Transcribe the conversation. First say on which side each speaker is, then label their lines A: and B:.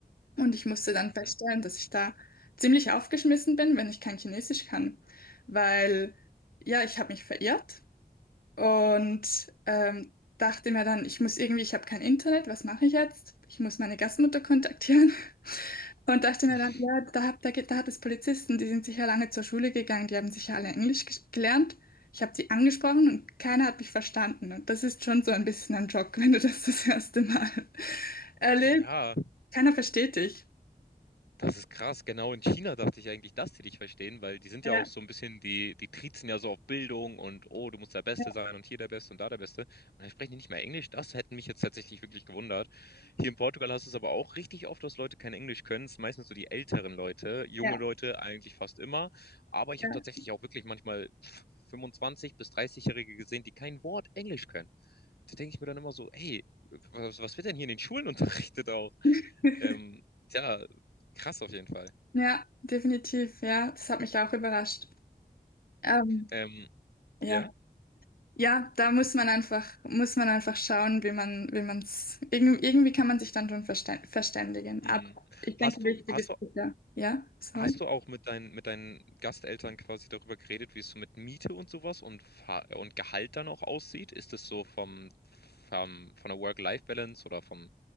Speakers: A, on the left; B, on the left.
A: Und ich musste dann
B: Mhm.
A: feststellen, dass ich da ziemlich aufgeschmissen bin, wenn ich kein Chinesisch kann. Weil, ja, ich habe mich verirrt. Und ähm, dachte mir dann, ich muss irgendwie, ich habe kein Internet, was mache ich jetzt? Ich muss meine Gastmutter kontaktieren. <laughs> Und dachte
B: <laughs>
A: mir dann, ja, da, hab, da, geht- da hat es Polizisten, die sind sicher lange zur Schule gegangen, die haben sicher alle Englisch ges- gelernt. Ich habe die angesprochen und keiner hat mich verstanden. Und das ist schon so ein bisschen ein Schock, <laughs> wenn du das das erste Mal <laughs> erlebst.
B: Ja,
A: Keiner versteht dich.
B: Das ist krass. Genau in China dachte ich eigentlich, dass die dich verstehen, weil die sind
A: Ja,
B: ja auch so ein bisschen, die, die triezen ja so auf Bildung und oh, du musst der Beste
A: ja,
B: sein und hier der Beste und da der Beste. Und dann sprechen die nicht mehr Englisch. Das hätte mich jetzt tatsächlich wirklich gewundert. Hier in Portugal hast du es aber auch richtig oft, dass Leute kein Englisch können. Es sind meistens so die älteren Leute, junge
A: ja,
B: Leute eigentlich fast immer. Aber ich habe
A: ja.
B: tatsächlich auch wirklich manchmal pff, 25- bis 30-Jährige gesehen, die kein Wort Englisch können. Da denke ich mir dann immer so, hey, was, was wird denn hier in den Schulen unterrichtet auch?
A: <laughs>
B: Ähm, tja, krass auf jeden Fall.
A: Ja, definitiv, ja. Das hat mich auch überrascht. Ähm,
B: Ähm,
A: ja.
B: ja?
A: Ja, da muss man einfach, muss man einfach schauen, wie man, wie man's, irgendwie, irgendwie kann man sich dann schon verstän- verständigen.
B: Mhm.
A: Aber ich denke,
B: Hast
A: wichtig
B: du hast
A: ist
B: du
A: sicher. Ja, sorry.
B: hast du auch mit deinen mit deinen Gasteltern quasi darüber geredet, wie es so mit Miete und so was und Fa und Gehalt dann auch aussieht? Ist das so vom vom von der Work-Life-Balance oder vom